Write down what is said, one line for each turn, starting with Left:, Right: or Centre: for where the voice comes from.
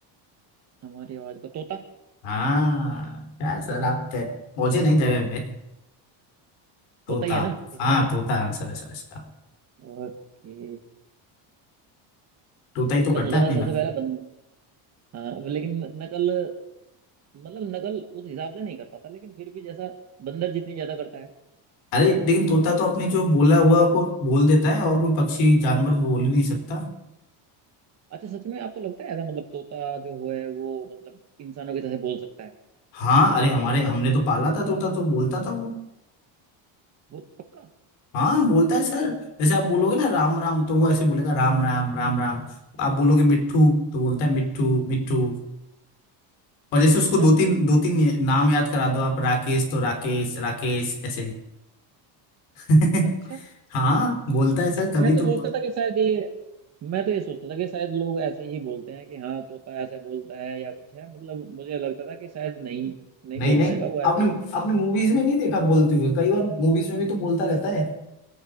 Right: हमारी आवाज को तोता
Left: हाँ क्या सर
Right: तोता
Left: आप पे
Right: अच्छा,
Left: पहुंचे नहीं जगह पे तोता
Right: तोता ही है ना इस
Left: हाँ
Right: बार
Left: तोता आंसर है सर इसका
Right: ओके
Left: तोता ही तो
Right: मैं
Left: करता
Right: सोच रहा
Left: है अपनी
Right: था सबसे
Left: नकल
Right: पहले बंद हाँ लेकिन नकल मतलब नकल उस हिसाब से नहीं कर पाता लेकिन फिर भी जैसा बंदर जितनी ज्यादा करता है
Left: अरे लेकिन तोता तो अपने जो बोला हुआ को बोल देता है और कोई पक्षी जानवर बोल ही नहीं सकता
Right: अच्छा सच में आपको लगता है ऐसा मतलब तोता जो है वो मतलब इंसानों के जैसे बोल सकता है
Left: हाँ
Right: लगता
Left: अरे
Right: है
Left: हमारे
Right: आपको
Left: हमने तो पाला था तोता तो बोलता था वो
Right: वो पक्का
Left: हाँ बोलता है सर जैसे आप बोलोगे ना राम राम तो वो ऐसे बोलेगा राम राम राम राम आप बोलोगे मिट्ठू तो बोलता है मिट्ठू मिट्ठू और जैसे उसको
Right: अच्छा
Left: दो तीन दो तीन नाम याद करा दो आप राकेश तो राकेश राकेश ऐसे <laughs>
Right: अच्छा
Left: हाँ बोलता है सर तभी
Right: मैं तो
Left: तो
Right: सोचता था कि शायद ये मैं तो ये सोचता था कि शायद लोग ऐसे ही बोलते हैं कि हाँ तोता ऐसे बोलता है या कुछ है मतलब मुझे लगता था कि शायद नहीं नहीं
Left: नहीं
Right: बोल
Left: नहीं
Right: पाएगा वो ऐसे
Left: आपने
Right: ही करते
Left: आपने
Right: हैं
Left: मूवीज में नहीं देखा बोलते हुए कई बार मूवीज में भी तो बोलता रहता है